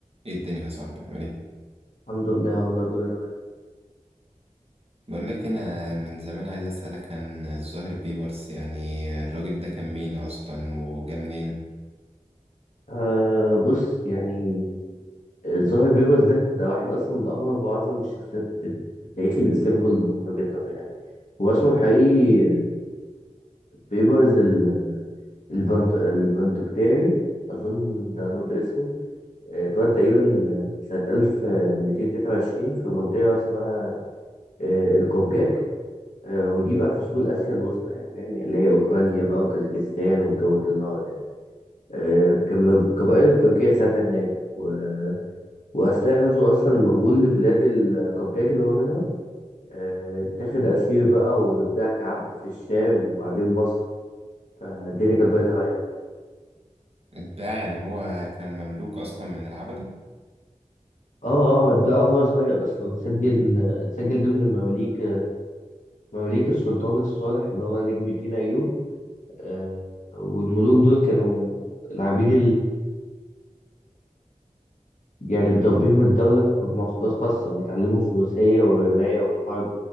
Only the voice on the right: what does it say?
ايه الدنيا يا صاحبي عامل ايه
بقول لك انا من زمان عايز اسالك عن الظاهر بيبرس يعني الراجل ده كان مين اصلا وجا منين
اتباع يعني هو كان مملوك اصلا من العبدة